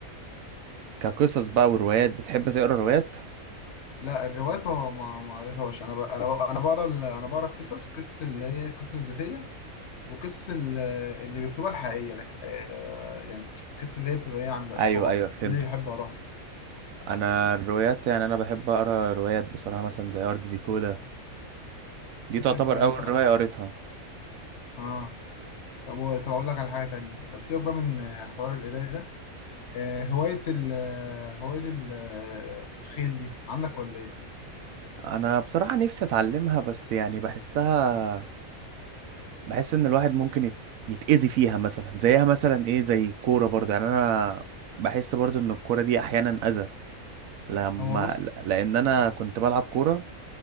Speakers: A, on the right (about 75°); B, on the left (about 55°).
A: كقصص بقى وروايات بتحب تقرا روايات
B: لا الروايات ما ما ما قريتهاش أنا بقى أنا بقى أنا بقرا ال- أنا بقرا القصص قصص اللي هي قصص ذاتية وقصص ال- اللي بيكتبها الحقيقية لك آه يعني قصص اللي هي بتبقى إيه عن الأشخاص
A: ايوه ايوه فهمتك
B: دي اللي بحب أقراها
A: انا الروايات يعني انا بحب اقرا روايات بصراحه مثلا زي ارض زيكولا دي
B: أنت
A: تعتبر
B: أنت أنت
A: اول روايه قريتها
B: آه طب و- طب أقول لك على حاجة تانية طب سيبك بقى من آه، حوار القراية ده آه، هواية ال آه، هواية ال آه، الخيل دي عندك ولا إيه؟
A: انا بصراحه نفسي اتعلمها بس يعني بحسها بحس ان الواحد ممكن يت- يتأذي فيها مثلا زيها مثلا ايه زي الكوره برضه يعني انا بحس برضه ان الكوره دي احيانا اذى لما
B: هو بص
A: لان انا كنت بلعب كوره